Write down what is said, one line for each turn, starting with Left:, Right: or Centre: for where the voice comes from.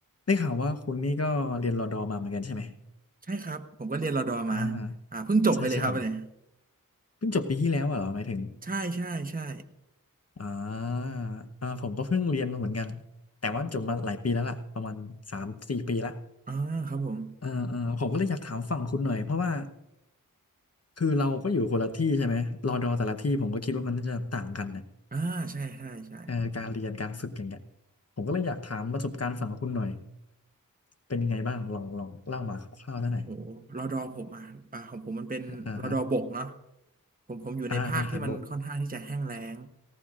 Left: ได้ข่าวว่าคุณนี่ก็เรียนรอดอมาเหมือนกันใช่ไหม
Right: ใช่ครับผมก็เรียนรอดอมา
Left: อ่า
Right: อ่าเพิ่งจบไปเลยครับเนี่ย
Left: ใช่ใช่ผมเพิ่งจบปีที่แล้วอะเหรอหมายถึง
Right: ใช่ใช่ใช่
Left: อ่าอ่าผมก็เพิ่งเรียนมาเหมือนกัน แต่ว่าจบมาหลายปีแล้วล่ะประมาณสามสี่ปีละ
Right: อ่าครับผม
Left: เออเออผมก็เลยอยากถามฝั่งคุณหน่อยเพราะว่าคือเราก็อยู่คนละที่ใช่ไหมรอดอแต่ละที่ผมก็คิดว่ามันน่าจะต่างกันนะ
Right: อ่าใช่ใช่ใช่
Left: เออการเรียนการฝึกอย่างเงี้ยผมก็เลยอยากถามประสบการณ์ฝั่งคุณหน่อยเป็นยังไงบ้างลองลองเล่ามาคร่าวๆได้หน่อย
Right: โอ้โหรอดอผมอ่ะอ่าของผมมันเป็นรอดอบกเนาะ
Left: อ่าฮะ
Right: ผมผมอยู่ในภาคที่มันค่อนข้างที่จะแห้งแล้ง
Left: อ่าทหารบก